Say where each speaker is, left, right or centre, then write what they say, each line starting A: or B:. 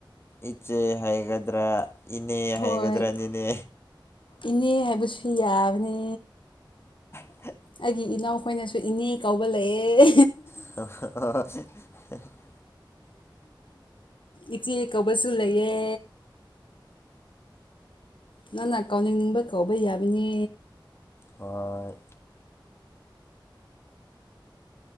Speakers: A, on the left; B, on the left.
A: ꯏꯆꯦ ꯍꯥꯏꯒꯗ꯭ꯔꯥ ꯏꯅꯦ
B: ꯍꯣꯏ
A: ꯍꯥꯏꯒꯗ꯭ꯔꯥꯅꯤ ꯏꯅꯦ
B: ꯏꯅꯦ ꯍꯥꯏꯕꯁꯨ ꯌꯥꯕꯅꯤ
A: ꯍ
B: ꯑꯩꯒꯤ ꯏꯅꯥꯎꯈꯣꯏꯅꯁꯨ ꯏꯅꯦ ꯀꯧꯕ ꯂꯩꯑꯦ
A: <inaudible>
B: ꯏꯆꯦ ꯀꯕꯁꯨ ꯂꯩꯌꯦ ꯅꯪꯅ ꯀꯥꯎꯅꯤꯡꯅꯤꯡꯕ ꯀꯧꯕ ꯌꯥꯕꯅꯤ
A: ꯍꯣꯏ